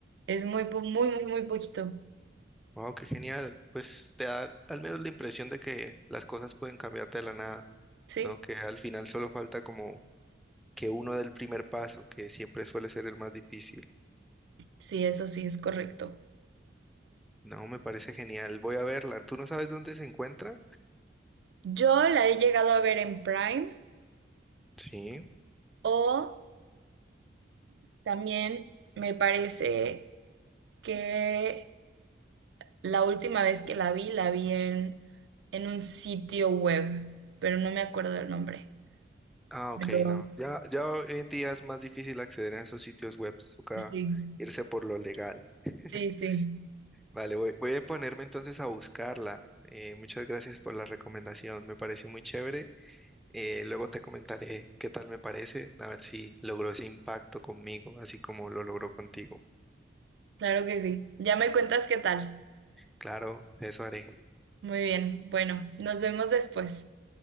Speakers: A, on the right (about 70°); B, in the centre.
A: es muy, po- muy, muy, muy poquito.
B: Wow, qué genial. Pues te da al menos la impresión de que las cosas pueden cambiar de la nada,
A: Sí,
B: ¿no? Que al final solo falta como que uno del primer paso, que siempre suele ser el más difícil.
A: sí, eso sí es correcto.
B: No, me parece genial. Voy a verla. ¿Tú no sabes dónde se encuentra?
A: Yo la he llegado a ver en Prime
B: Sí.
A: o también me parece que la última vez que la vi, la vi en, en un sitio web, pero no me acuerdo del nombre.
B: Ah, ok,
A: Pero
B: no. Ya, ya hoy en día es más difícil acceder a esos sitios web. Toca
A: sí,
B: irse por lo legal. <laughs>
A: sí, sí,
B: Vale, voy, voy a ponerme entonces a buscarla. Eh, muchas gracias por la recomendación. Me parece muy chévere. Eh, luego te comentaré qué tal me parece, a ver si logró ese impacto conmigo, así como lo logró contigo.
A: claro que sí. Ya me cuentas qué tal.
B: Claro, eso haré.
A: Muy bien, bueno, nos vemos después.